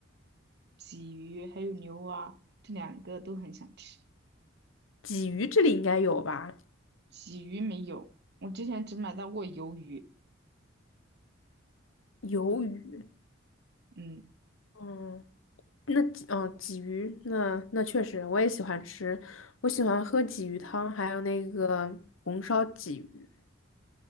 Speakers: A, on the right; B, on the left.
A: 鲫鱼还有牛蛙，这两个都很想吃。
B: 鲫鱼这里应该有吧？
A: 鲫鱼没有，我之前只买到过鱿鱼。
B: 鱿鱼。
A: 嗯
B: 嗯。那鲫哦，鲫鱼，那那确实，我也喜欢吃，我喜欢喝鲫鱼汤，还有那个红烧鲫鱼。